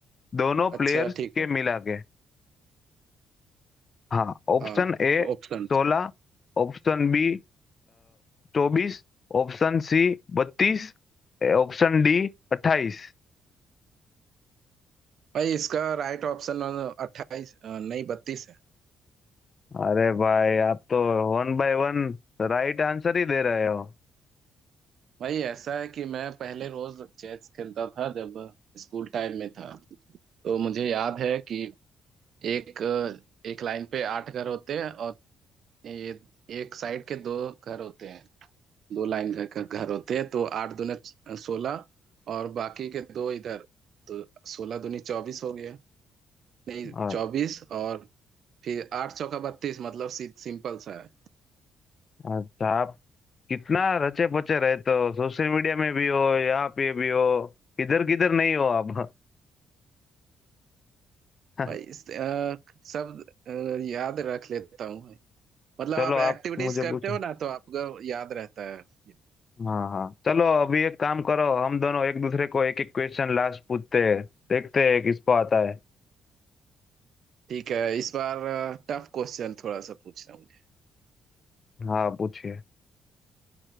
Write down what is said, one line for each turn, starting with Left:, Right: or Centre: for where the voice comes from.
Left: दोनों
Right: अच्छा
Left: प्लेयर्स
Right: ठीक
Left: के
Right: है
Left: मिला के हाँ ऑप्शन
Right: हाँ
Left: ए
Right: ऑप्शन
Left: सोलह ऑप्शन बी चौबीस ऑप्शन सी बत्तीस ऑप्शन डी अट्ठाईस
Right: भाई इसका राइट ऑप्शन अट्ठाईस नहीं बत्तीस है
Left: अरे भाई आप तो one by one right answer ही दे रहे हो
Right: भाई ऐसा है कि मैं पहले रोज चेस खेलता था जब स्कूल टाइम में था तो मुझे याद है कि एक अ, एक लाइन पे आठ घर होते हैं और ये एक साइड के दो घर होते हैं दो लाइन घर का घर होते हैं तो आठ दूने सोलह और बाकी के दो इधर तो सोलह दूनी चौबीस हो गया नहीं
Left: अच्छा
Right: चौबीस और फिर आठ चौका बत्तीस मतलब सी, सिंपल सा है
Left: अच्छा, आप कितना रचे पचे रहते हो सोशल मीडिया में भी हो यहाँ पे भी हो किधर किधर नहीं हो आप <laughs>
Right: भाई इस, अ, सब अ, याद रख लेता हूँ भाई मतलब
Left: चलो
Right: आप
Left: आप
Right: एक्टिविटीज
Left: मुझे
Right: करते
Left: पूछो
Right: हो ना तो आपका याद रहता है फिर।
Left: हाँ हाँ चलो अभी एक काम करो हम दोनों एक दूसरे को एक एक क्वेश्चन लास्ट पूछते हैं देखते हैं किसको आता है
Right: ठीक है इस बार टफ क्वेश्चन थोड़ा सा पूछना मुझे
Left: हाँ पूछिए